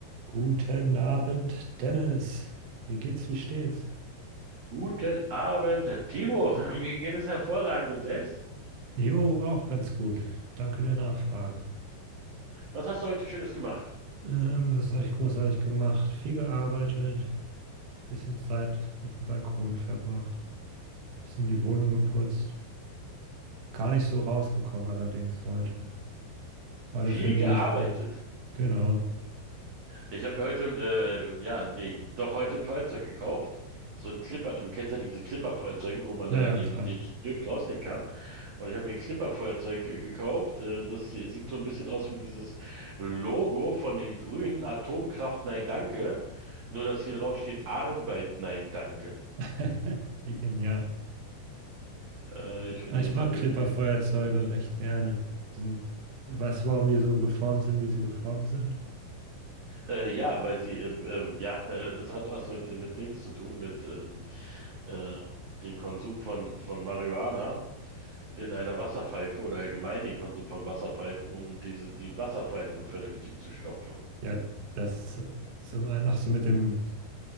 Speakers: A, on the right (about 70°); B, on the right (about 80°).
A: Guten Abend, Dennis. Wie geht's, wie steht's?
B: Guten Abend, Timo. <laughs> Mir geht es hervorragend und selbst?
A: Jo, auch ganz gut. Danke der Nachfrage.
B: Was hast du heute Schönes gemacht?
A: Ähm, was habe ich großartig gemacht? Viel gearbeitet, bisschen Zeit auf dem Balkon verbracht, bisschen die Wohnung geputzt. Gar nicht so rausgekommen allerdings heute. Aber
B: Viel
A: dafür nehme
B: gearbeitet.
A: ich mir. Genau.
B: Ich habe mir heute, äh, ja, nee, doch heute ein Feuerzeug gekauft. So ein Clipper. Du kennst ja diese Clipper-Feuerzeuge, wo man
A: Naja,
B: da den,
A: klar.
B: den Stift rausnehmen kann. Und ich habe mir ein Clipper-Feuerzeug äh, gekauft. Äh, das sieht so ein bisschen aus wie dieses Logo von den Grünen. Atomkraft, nein, danke. Nur, dass hier drauf steht Arbeit, nein, danke.
A: <laughs> Wie genial.
B: Äh, ich finde,
A: Aber Ich
B: das
A: mag
B: hat
A: Clipper-Feuerzeuge
B: irgendwie
A: recht gerne. Die sind, weißt du, warum die so geformt sind, wie sie geformt sind?
B: Äh, ja, weil sie, ähm, äh, ja, <laughs> äh, das hat was mit, mit Dings zu tun, mit ähm, äh, dem Konsum von, von Marihuana in einer Wasserpfeife oder allgemein den Konsum von Wasserpfeifen, um diese, die Wasserpfeife vernünftig zu stopfen.
A: Ja, das sind wir noch so mit dem,